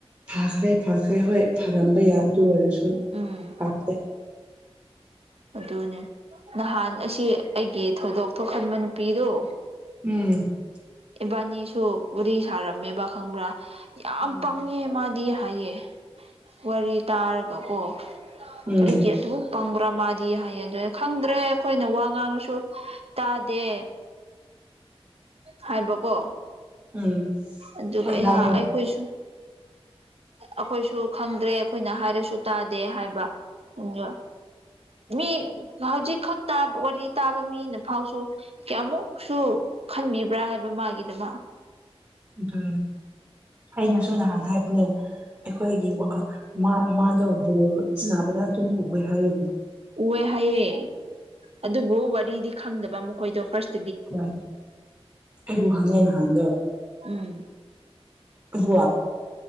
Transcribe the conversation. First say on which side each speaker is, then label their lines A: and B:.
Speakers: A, on the right; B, on the right.
A: ꯐꯈ꯭ꯔꯦ ꯐꯥꯈ꯭ꯔꯦ ꯍꯣꯏ ꯊꯔꯝꯕ ꯌꯥꯏ ꯑꯗꯨ ꯑꯣꯏꯔꯁꯨ
B: ꯎꯝ
A: ꯄꯥꯝꯖꯩ
B: ꯑꯗꯨꯅꯦ ꯅꯍꯥꯟ ꯑꯁꯤ ꯑꯩꯒꯤ ꯊꯧꯗꯣꯛ ꯊꯣꯛꯍꯟꯕ ꯅꯨꯄꯤꯗꯨꯣ
A: ꯎꯝ
B: ꯕꯥꯅꯤꯁꯨ ꯋꯥꯔꯤ ꯁꯥꯔꯝꯃꯦꯕ ꯈꯪꯕ꯭ꯔꯥ ꯌꯥꯝ
A: ꯎꯝ
B: ꯄꯪꯉꯦ ꯃꯥꯗꯤ ꯍꯥꯏꯌꯦ ꯋꯥꯔꯤ ꯇꯥꯔꯒꯀꯣ
A: ꯎꯝ
B: ꯀꯔꯤꯒꯤ ꯑꯗꯨꯝ ꯐꯪꯕ꯭ꯔꯥ ꯃꯥꯗꯤ ꯍꯥꯏꯌꯦ ꯈꯪꯗ꯭ꯔꯦ ꯑꯩꯈꯣꯏꯅ ꯋꯥ ꯉꯥꯡꯉꯁꯨ ꯇꯥꯗꯦ ꯍꯥꯏꯕꯀꯣ
A: ꯎꯝ
B: ꯑꯗꯨꯒꯍ
A: ꯍꯣꯏ ꯍꯥꯏꯌꯦ
B: ꯑꯩꯈꯣꯏꯁꯨ ꯑꯩꯈꯣꯏꯁꯨ ꯈꯪꯗ꯭ꯔꯦ ꯑꯩꯈꯣꯏꯅ ꯍꯥꯏꯔꯁꯨ ꯇꯥꯗꯦ ꯍꯥꯏꯕ ꯎ ꯃꯤ ꯍꯧꯖꯤꯛꯈꯛ ꯇꯥꯕ ꯋꯥꯔꯤ ꯇꯥꯕ ꯃꯤꯅ ꯐꯥꯎꯁꯨ ꯀꯌꯥꯃꯨꯛꯁꯨ ꯈꯟꯕꯤꯕ꯭ꯔꯥ ꯍꯥꯏꯕ ꯃꯥꯒꯤꯗꯨꯃ
A: ꯑꯗꯨ ꯑꯩꯅꯁꯨ ꯅꯍꯥꯟ ꯍꯥꯏꯕꯅꯦ ꯑꯩꯈꯣꯏꯒꯤ ꯃꯥꯗꯣ ꯜ ꯁꯥꯅꯥꯕꯗ
B: ꯎꯝ
A: ꯑꯗꯨꯝ ꯎꯕꯦ ꯍꯥꯏꯜꯂ
B: ꯎꯑꯦ ꯍꯥꯏꯌꯦꯦ ꯑꯗꯨꯕꯨ ꯋꯥꯔꯤꯗꯤ ꯈꯪꯗꯕ ꯃꯈꯣꯏꯗꯣ ꯐꯥꯔꯁ
A: ꯍꯣꯏ ꯑꯩ ꯍꯪꯉꯦ ꯅꯍꯥꯟꯗꯣ
B: ꯎꯝ
A: ꯑꯗꯨ